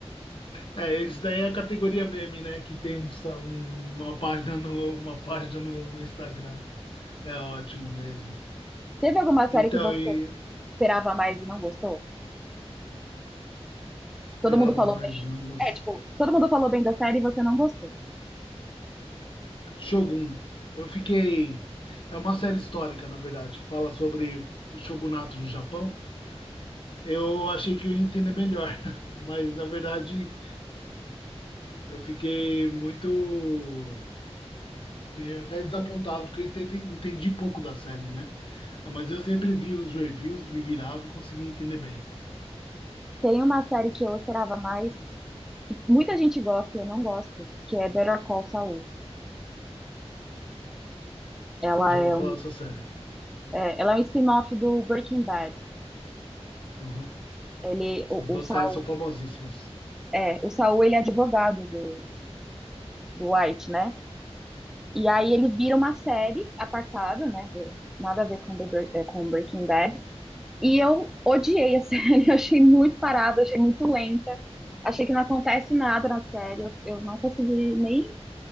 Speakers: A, on the left (about 50°); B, in the centre.
A: É, esse daí é a categoria meme, né? Que tem um, sa- um- uma página no, uma página no, no Instagram. É ótimo mesmo.
B: Teve alguma série
A: Então,
B: que você
A: e
B: esperava mais e não gostou?
A: esperava
B: Todo mundo falou
A: mais,
B: bem.
A: não gos-
B: É, tipo, todo mundo falou bem da série e você não gostou.
A: Shogun. Eu fiquei. É uma série histórica, na verdade, que fala sobre o shogunato no Japão. Eu achei que eu ia entender melhor, <laughs> mas na verdade Eu fiquei muito. Fiquei até desapontado, porque eu entendi, entendi pouco da série, né? Ah, mas eu sempre vi os reviews, me virava e conseguia entender bem.
B: Tem uma série que eu esperava mais, que muita gente gosta e eu não gosto, que é Better Call Saul. Ela
A: Já
B: é
A: ouvi falar
B: um,
A: dessa série.
B: é, ela é um spin-off do Breaking Bad.
A: Uhum.
B: Ele,
A: Essas
B: o,
A: duas
B: o Saul,
A: séries são famosíssimas.
B: é, o Saul ele é advogado do, do White, né? E aí ele vira uma série apartada, né? do- nada a ver com, The Bre- é, com Breaking Bad. E eu odiei a série, <laughs> eu achei muito parada, achei muito lenta, achei que não acontece nada na série. Eu, eu não consegui nem,